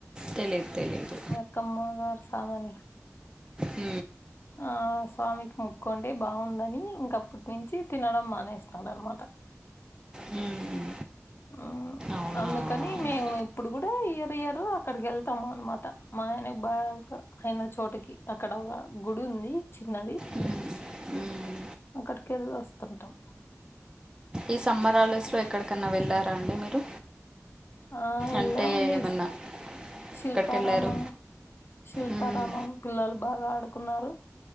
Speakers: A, on the right; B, on the left.
A: తెలీదు తెలీదు
B: అక్కమ్మ గారు సామని
A: ఊ
B: ఆ స్వామికి ముక్కోండి బాగుందని ఇంకప్పటి నుంచి తినడం మానేసినాడు అన్మాట
A: మ్మ్.
B: ఆ
A: అవునా
B: అందుకని మేము ఇప్పుడు కూడా ఇయర్ ఇయరు అక్కడికి వెళ్తాము అన్మాట మా ఆయనకు బాగా అయిన చోటకి అక్కడ ఒక గుడి ఉంది చిన్నది
A: మ్మ్. మ్మ్.
B: అక్కడికి వెళ్ళి వస్తుంటాం
A: ఈ సమ్మర్ హాలిడేస్ లో ఎక్కడికన్నా వెళ్ళారా అండి మీరు
B: ఆ ఏళ్ళమండి
A: అంటే ఏమన్నా
B: అండి శిల్పారామం
A: ఎక్కడికి వెళ్ళారు
B: శిల్పారామం
A: మ్మ్.
B: పిల్లలు బాగా ఆడుకున్నారు